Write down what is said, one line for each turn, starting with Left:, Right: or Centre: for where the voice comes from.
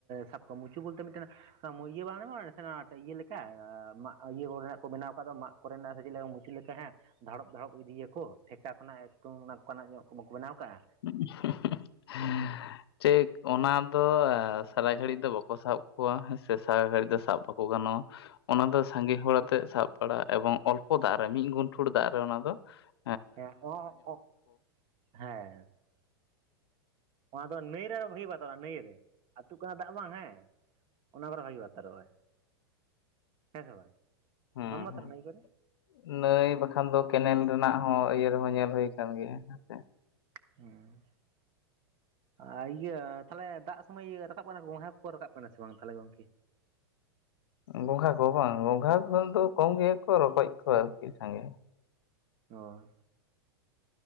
Right: ᱥᱟᱵ ᱠᱚᱣᱟ ᱢᱩᱪᱩ ᱵᱚᱞᱛᱮ ᱢᱤᱫᱴᱮᱱ ᱾ ᱤᱭᱟᱹ ᱵᱟᱝ ᱜᱟᱱᱚᱜᱼᱟ ᱱᱟᱥᱮᱱᱟᱜ ᱤᱭᱟᱹ ᱞᱮᱠᱟ ᱢᱟᱜ ᱤᱭᱟᱹ ᱠᱚᱨᱮᱱᱟᱜ ᱠᱚ ᱵᱮᱱᱟᱣ ᱠᱟᱫᱟ ᱢᱟᱜ ᱾ ᱠᱚᱨᱮᱱᱟᱜ ᱥᱮ ᱪᱮᱫ ᱞᱮᱠᱟ ᱢᱩᱪᱟᱹ ᱞᱮᱠᱟ ᱦᱮᱸ ᱾ ᱫᱷᱟᱲᱚᱵ ᱫᱷᱟᱲᱚᱵ ᱤᱫᱤᱭᱟᱠᱚ ᱴᱷᱮᱠᱟ ᱠᱷᱚᱱᱟᱜ ᱮᱠᱫᱚᱝ ᱚᱱᱟᱠᱟᱱᱟᱜ ᱧᱚᱜ ᱠᱚ ᱵᱟᱠᱚ ᱵᱮᱱᱟᱣ ᱠᱟᱜᱼᱟ ᱾
Left: ᱦᱮᱻ ᱾ ᱪᱮᱜ ᱚᱱᱟ ᱫᱚ ᱥᱟᱨᱟ ᱜᱷᱟᱹᱲᱤᱡ ᱫᱚ ᱵᱟᱠᱚ ᱥᱟᱵ ᱠᱚᱣᱟ ᱦᱮᱸ ᱥᱮ ᱥᱟᱨᱟ ᱜᱷᱟᱹᱲᱤᱡ ᱫᱚ ᱥᱟᱵ ᱾ ᱠᱚ ᱜᱟᱱᱚᱜᱼᱟ ᱾ ᱚᱱᱟ ᱫᱚ ᱥᱟᱸᱜᱮ ᱦᱚᱲ ᱟᱛᱮᱜ ᱥᱟᱵ ᱵᱟᱲᱟ ᱮᱵᱚᱝ ᱚᱞᱯᱚ ᱫᱟᱜ ᱨᱮ ᱢᱤᱜ ᱜᱩᱱᱴᱷᱩᱲ ᱫᱟᱜ ᱨᱮ ᱚᱱᱟ ᱫᱚ ᱾
Right: ᱦᱮᱸ ᱚ ᱦᱮᱸ ᱾ ᱚᱱᱟ ᱫᱚ ᱱᱟᱹᱭ ᱨᱮ ᱵᱷᱟᱜᱤ ᱵᱟᱛᱚᱨᱚᱜᱼᱟ ᱱᱟᱹᱭ ᱨᱮ ᱟᱹᱛᱩᱜ ᱠᱟᱱᱟ ᱫᱟᱜ ᱵᱟᱝ ᱦᱮᱸ ᱚᱱᱟ ᱠᱚᱨᱮ ᱵᱷᱟᱜᱤ ᱵᱟᱛᱚᱨᱚᱜᱼᱟᱭ ᱾ ᱦᱮᱸ ᱥᱮ ᱵᱟᱝ?
Left: ᱦᱮᱸ
Right: ᱢᱟᱢᱟᱛᱟᱨᱟ
Left: ᱦᱩᱸ
Right: ᱱᱟᱹᱭ
Left: ᱾
Right: ᱠᱚᱨᱮ
Left: ᱱᱟᱹᱭ ᱵᱟᱠᱷᱟᱱ ᱫᱚ ᱠᱮᱱᱮᱞ ᱨᱮᱱᱟᱜ ᱦᱚᱸ ᱤᱭᱟᱹ ᱨᱮᱦᱚᱸ ᱧᱮᱞ ᱦᱩᱭ ᱟᱠᱟᱱ ᱜᱮᱭᱟ ᱦᱮᱸ ᱥᱮ ᱾
Right: ᱦᱩᱸᱻ ᱾ ᱟᱨ ᱤᱭᱟᱹ ᱛᱟᱦᱚᱞᱮ ᱫᱟᱜ ᱥᱚᱢᱚᱭ ᱤᱭᱟᱹ ᱨᱟᱠᱟᱵ ᱠᱟᱱᱟ ᱠᱚ ᱦᱮᱸ ᱠᱚᱠᱚ ᱨᱟᱠᱟᱵ ᱠᱟᱱᱟ ᱥᱮ ᱵᱟᱝ ᱛᱟᱦᱚᱞᱮ ᱜᱚᱝᱠᱮ?
Left: ᱜᱚᱝᱜᱷᱟ ᱠᱚ ᱵᱟᱝ ᱜᱚᱝᱜᱷᱟ ᱠᱷᱚᱱ ᱫᱚ ᱠᱚᱢ ᱜᱮᱠᱚ ᱨᱚᱠᱚᱡ ᱠᱚ ᱟᱨᱠᱤ ᱥᱟᱸᱜᱮ ᱾
Right: ᱚᱻ ᱾